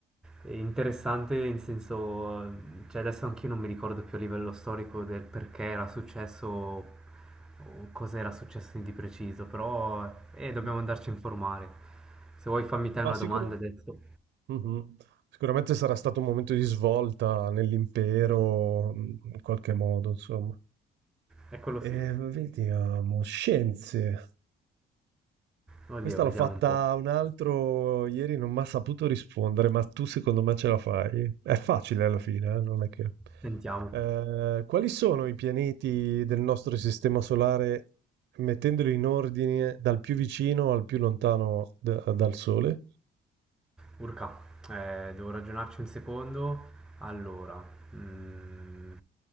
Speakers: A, in the centre; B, on the right.
A: è interessante in senso, cioè adesso anch'io non mi ricordo più a livello storico del perché era successo o cosa era successo di preciso, però eh, dobbiamo
B: Mh-mh.
A: andarci a informare. Se vuoi fammi te una
B: Ma sicuro
A: domanda adesso.
B: mh-mh. Sicuramente sarà stato un momento di svolta nell'impero, mhmm, in qualche modo, insomma.
A: Eccolo
B: Ehm,
A: sì.
B: vediamo, scienze.
A: Oddio,
B: Questa
A: vediamo
B: l'ho fatta
A: un po'.
B: un altro ieri, non mi ha saputo rispondere, ma tu secondo me ce la fai? È facile alla fine, eh, Non è che...
A: Sentiamo.
B: Eh, quali sono i pianeti del nostro sistema solare, mettendoli in ordine dal più vicino al più lontano d- dal Sole?
A: Urca, eh, devo ragionarci un secondo. Allora, mm,